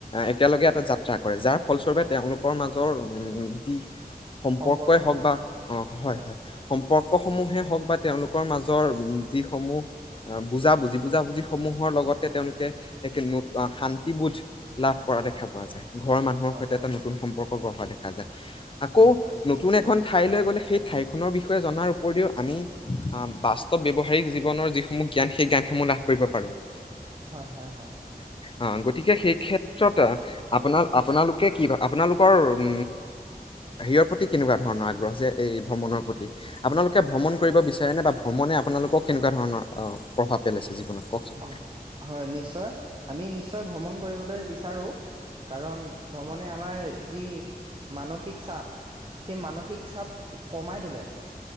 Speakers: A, on the left (about 35°); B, on the right (about 30°).
A: একেলগে
B: হয়
A: এটা যাত্ৰা কৰে যাৰ ফলস্বৰূপে তেওঁলোকৰ মাজৰ যি সম্পৰ্কই
B: সম্পৰ্ক
A: হওক বা অ হয়-হয়
B: হয়
A: সম সম্পৰ্কসমূহে হওক বা তেওঁলোকৰ মাজৰ উ যিসমূহ অ বুজাবুজি - বুজাবুজি সমূহৰ লগতে
B: হয়
A: তেওঁলোকে এক নত শান্তিবোধ লাভ কৰা দেখা পোৱা যায় ৷ ঘৰৰ মানুহৰ
B: হয়
A: সৈতে
B: হয়
A: এটা নতুন সম্পৰ্ক হা দেখা যায় ৷ আকৌ
B: নিশ্চয় নিশ্চয়
A: নতুন এখন ঠা ঠাইলৈ গ'লে সেই ঠাইখনৰ বিষয়ে জনাৰ উপৰিও আমি বাস্তৱ ব্যৱহাৰিক জীৱনৰ যি মূহ জ্ঞান সেই জ্ঞানসমূহ লাভ কৰিব পাৰো ৷
B: হয়-হয়-হয়
A: অ গতিকে সেই ক্ষেত্ৰতে আপোনাৰ আপোনালোকে কি আপোনালোকৰ উম হেৰিয়ৰ প্ৰতি কেনেকুৱা ধৰণৰ আগ্ৰহ যে এই ভ্ৰমণৰ প্ৰতি আপোনালোকে ভ্ৰমণ কৰিব বিচা নে বা ভ্ৰমণে আপোনালোকক কেনেকা ধৰণৰ? অ প্ৰভাৱ পেলাইছে? জীৱনত কওকচোন
B: অঁ হয় নিশ্চয় আমি নিশ্চয় ভ্ৰমণ কৰিবলৈ বিচাৰোঁ কাৰণ ভ্ৰমণে আমাৰ যি মানসিক চাপ সেই মানসিক চাপ কমাই তোলে ৷